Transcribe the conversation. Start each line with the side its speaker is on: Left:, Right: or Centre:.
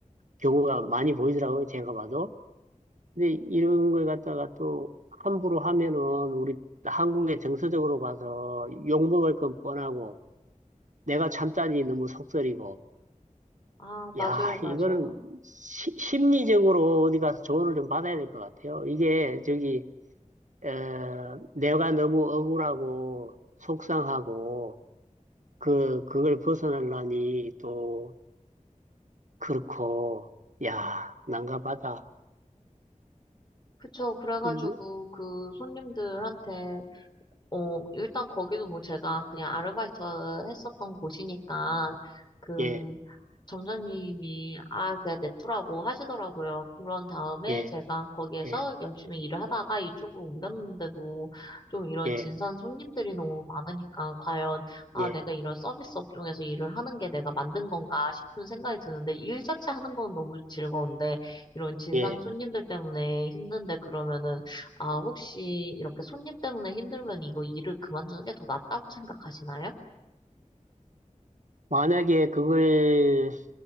Right: 경우가 많이 보이더라고요. 제가 봐도. 근데 이런 걸 갖다가 또 함부로 하면은 우리 한국의 정서적으로 봐서 욕먹을 건 뻔하고 내가 참자니 너무 속설이고
Left: 아, 맞아요,
Right: 야
Left: 맞아요.
Right: 이거는 시- 심리적으로 어디 가서 조언을 좀 받아야 될 것 같아요. 이게 저기 어, 내가 너무 억울하고 속상하고 그 그걸 벗어나려니 또 그렇고 야 난감하다.
Left: 그쵸. 그래가지고
Right: 그러면
Left: 그 손님들한테 어, 일단 거기도 뭐 제가 그냥 아르바이트 했었던 곳이니까 그
Right: 예
Left: 점장님이 아, 그냥 냅두라고 하시더라고요. 그런 다음에
Right: 예,
Left: 제가 거기에서
Right: 예,
Left: 열심히 일을 하다가 이쪽으로 옮겼는데도 좀 이런
Right: 예,
Left: 진상 손님들이 너무 많으니까 과연 아,
Right: 예,
Left: 내가 이런 서비스 업종에서 일을 하는 게 내가 만든 건가 싶은 생각이 드는데 일 자체 하는 건 너무 즐거운데 이런 진상
Right: 예.
Left: 손님들 때문에 힘든데 그러면은 아, 혹시 이렇게 손님 때문에 힘들면 이거 일을 그만두는 게 더 낫다고 생각하시나요?
Right: 만약에 그걸